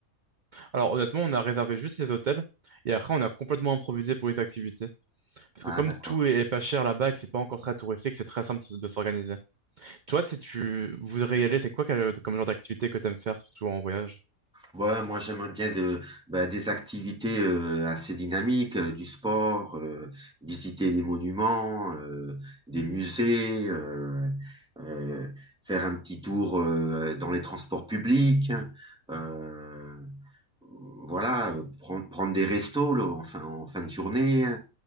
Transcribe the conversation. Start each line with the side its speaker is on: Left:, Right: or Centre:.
Right: Alors honnêtement, on a réservé juste les hôtels, et après, on a complètement improvisé pour les activités. Parce
Centre: Ah,
Right: que comme
Centre: d'accord.
Right: tout est est pas cher là-bas, et que c'est pas encore très touristique, c'est très simple de s'organiser. Toi, si tu voudrais y aller, c'est quoi quel- comme genre d'activité que t'aimes faire, surtout en voyage?
Centre: Ouais, moi, j'aimerais bien de, bah, des activités euh, assez dynamiques, euh, du sport, euh, visiter des monuments, euh, des musées, euh, euh, faire un petit tour euh, dans les transports publics, euh, voilà, euh, prendre, prendre des restos là, en fin, en fin de journée, hein,